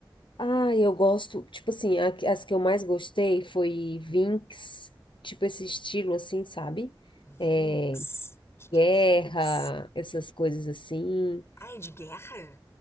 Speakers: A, on the left; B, on the left.
A: Ah, eu gosto, tipo assim, a- as que eu mais gostei foi Vinx, tipo esse estilo assim, sabe?
B: Vinx?
A: É,
B: O que que
A: guerra,
B: é Vinx?
A: essas coisas assim.
B: Ah, é de guerra?